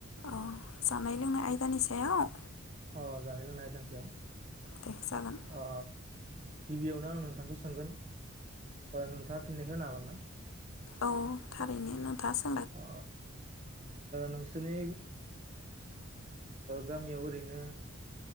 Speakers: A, on the left; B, on the right.
A: औ जानाय लोंनाय आयदानि सायाव
B: अ जानाय - लोंनाय आयदानि सायाव
A: दे जागोन
B: अ गिबियावनो आं नोंथांखौ सोंगोन नोंथांङा फिननायखौ होनो हागोन ना
A: औ थारैनो नोंथां सो
B: ओ नोंसोरनि गामियाव ओरैनो